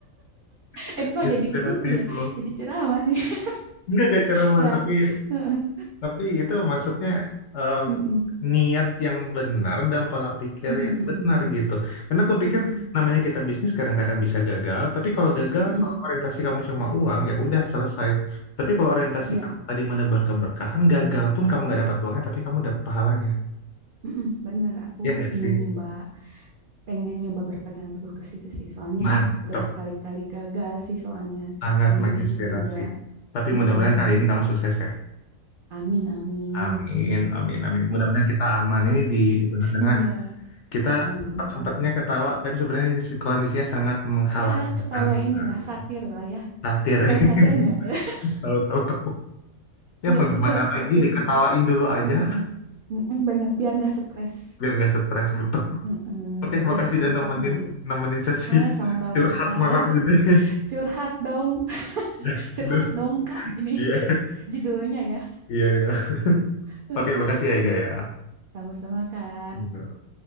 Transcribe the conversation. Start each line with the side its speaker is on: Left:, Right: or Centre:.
Left: <laughs>
Right: Eh kok
Left: inspiratif
Right: jadi gitu ya?
Left: loh
Right: Jadi ceramah nih. <laughs>
Left: Enggak gak ceramah
Right: Ya.
Left: tapi
Right: Heeh.
Left: tapi itu maksudnya em,
Right: Mm-mm.
Left: niat yang benar dan pola pikir
Right: Mm-mm,
Left: yang
Right: mm-mm,
Left: benar gitu. Karena aku pikir
Right: mm-mm,
Left: namanya kita bisnis kadang-kadang bisa gagal, tapi kalau gagal
Right: mm-mm,
Left: kalau orientasi kamu cuma uang ya udah selesai. Tapi kalau orientasi
Right: Iya.
Left: kamu tadi menebar keberkahan, gagal pun kamu nggak dapat uangnya tapi kamu dapat pahalanya.
Right: mm-mm, Bener. Aku
Left: Ya nggak
Right: ingin
Left: sih?
Right: nyoba, pengen nyoba berpegang teguh ke situ sih. Soalnya
Left: Mantap,
Right: udah berkali-kali gagal sih soalnya
Left: sangat
Right: di
Left: menginspirasi.
Right: bisnis juga.
Left: Tapi
Right: Mm-mm.
Left: mudah-mudahan kali ini kamu sukses ya.
Right: Amin, amin.
Left: Amin, amin, amin. Mudah-mudahan kita aman ini di di tengah-tengah
Right: Iya,
Left: Kita
Right: amin.
Left: sempat-sempatnya ketawa, tapi sebenarnya si- kondisinya sangat mengkhawatirkan
Right: Ya ketawa
Left: sebenarnya.
Right: inilah satir lah ya.
Left: Satir
Right: Ketawa
Left: ya.
Right: satir nggak? <laughs>
Left: <laughs> Tahu-tahu tahu. tahu. Ya
Right: Iya
Left: mau
Right: ketawa
Left: gimana lagi
Right: satir
Left: diketawain
Right: gitu.
Left: dulu aja
Right: Heeh. Mm-mm, Bener. Biar nggak stres.
Left: biar nggak stres betul.
Right: Heeh.
Left: Oke, makasih
Right: Biar kita
Left: dan
Right: tetap
Left: nemenin
Right: maju.
Left: nemenin sesi
Right: Ah, sama-sama
Left: curhat
Right: Kak.
Left: malam ini. <laughs>
Right: Curhat dong, <laughs>
Left: Ya,
Right: curhat
Left: bener.
Right: dong Kak ini <laughs>
Left: Iya,
Right: judulnya ya.
Left: iya. iya.
Right: Heeh.
Left: Oke, makasih ya Ega ya.
Right: Sama-sama Kak.
Left: Iya.